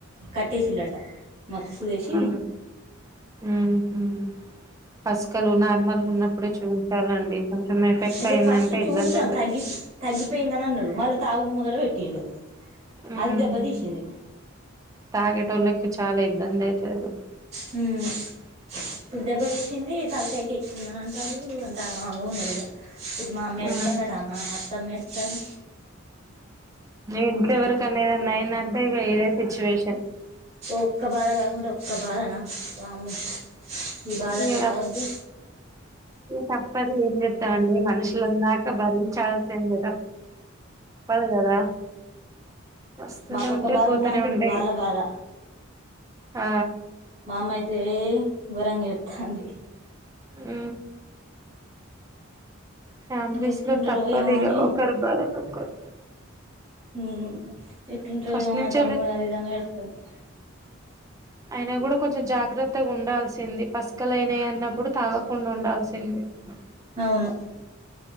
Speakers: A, on the right (about 30°); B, on the right (about 15°).
A: కట్టేసిల్లంట మత్తు సుదేసి
B: <unintelligible> ఉహ్మ్ పసుకలు నార్మల్ ఉన్నప్పుడే చూయించాలండి కొంచెం ఎఫెక్ట్
A: అయితే
B: అయిందంటే
A: ఫస్ట్ చూంచాం
B: ఇబ్బంది అయిత
A: తగ్గి తగ్గిపోయిందని అన్నారు మళ్ళా తాగుడు మొదలు పెట్టిండు
B: ఉమ్
A: అది దెబ్బ తీసింది.
B: తాగేటోళ్ళకి చాలా ఇబ్బంది అయితది
A: హ్మ్మ్ ఇప్పుడు దెబ్బ తీసింది తలకాయ్. ఎక్కింద అంటారు అంత ఆలో ఉందిగ మా అమ్మ ఎడుత్తందట
B: ఉహు
A: మా తమెర్థన్
B: ఇంట్లోెవరికనే ఏదన్నాయిందంటే ఇక ఏదే సిచ్యువేషన్
A: ఒక్క బాధ కాకుంటే ఒక్క బాధనా వామ్మో. బాధలు
B: ఇగ
A: రావొద్దు
B: తప్ తప్పదు ఏం చెతామండి మనుషులన్నాక భరించాల్సింది కద పదు కదా వస్తూనే
A: మాకొక్క
B: ఉంటాయి
A: బాధ
B: పోతూనే
A: ఉన్నదంటే ఇప్పుడు
B: ఉంటాయి
A: వాళ్ళ బాధ
B: ఆ
A: మామ్మయితే ఘోరంగా ఏడ్తంది.
B: అ ఫ్యామిలీస్
A: ఎట్లుంటాడో
B: లో తప్పదు
A: ఏమో అని
B: ఇ ఒకరు బార ఒకరు
A: ఉమ్ ఎట్లుంటడో
B: ఫస్ట్
A: యేమో మా
B: నుంచి
A: తమ్ముడ దిదని ఏడుత్తంది.
B: అయినా కూడా కొంచెం జాగ్రత్తగా ఉండాల్సింది పసుకలనా అన్నప్పుడు తాగకుండా ఉండాల్సింద చెడి
A: అవును